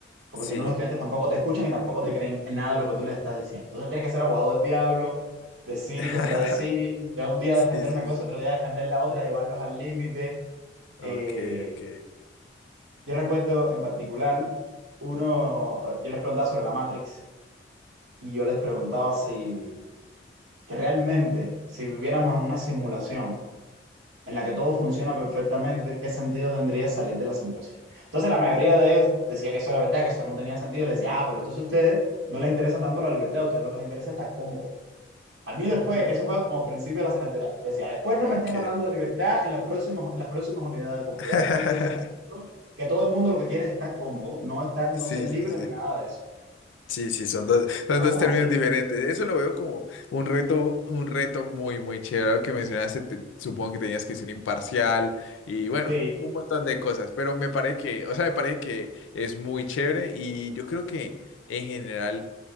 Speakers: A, on the right (about 80°); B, on the left (about 80°).
A: porque
B: Sí.
A: si no los estudiantes tampoco te escuchan y tampoco te creen en nada de lo que tú les estás diciendo. Entonces tienes que ser abogado del diablo, decir
B: <laughs>
A: y contradecir, de un día
B: Sí,
A: defender
B: sí,
A: una cosa,
B: sí.
A: otro día defender la otra, llevarlos al límite.
B: Ok,
A: Eh,
B: ok.
A: yo recuerdo en particular, uno, yo les preguntaba sobre la Matrix y yo les preguntaba si, que realmente, si viviéramos en una simulación, en la que todo funciona perfectamente, ¿qué sentido tendría salir de la simulación? Entonces la mayoría de ellos decía que eso era verdad, que eso no tenía sentido, y les decía, ah, pero entonces a ustedes no les interesa tanto la libertad, a ustedes lo que les interesa es estar cómodo. A mí después,
B: Ujú.
A: eso fue como principio de la asignatura, decía, después no
B: Ok.
A: me estén hablando de libertad en, los próximos, en las próximas unidades, porque
B: <laughs>
A: aquí todos, que todo el mundo lo que quiere es estar cómodo, no, estar, no
B: Sí,
A: ser libre
B: sí, sí.
A: ni nada de eso.
B: Sí, sí, son dos, son
A: Cosas
B: dos términos
A: así.
B: diferentes. Eso lo veo como un reto, un reto muy, muy chévere Lo que mencionaste. te- supongo que tenías que ser imparcial y bueno,
A: Sí,
B: un montón de cosas, pero me parece que, o sea, me parece que es muy chévere y yo creo que en general